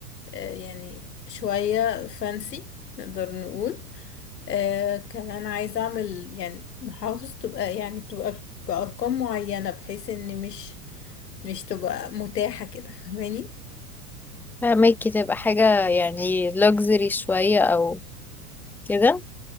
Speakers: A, on the left; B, in the centre.
A: آه يعني شوية فانسي نقدر نقول آه كمان عايزة أعمل يعني محافظ تبقى يعني تبقى بأرقام معينة بحيث إن مش مش تبقى متاحة كده فاهماني
B: فهماكي تبقى حاجة يعني luxury شوية او كده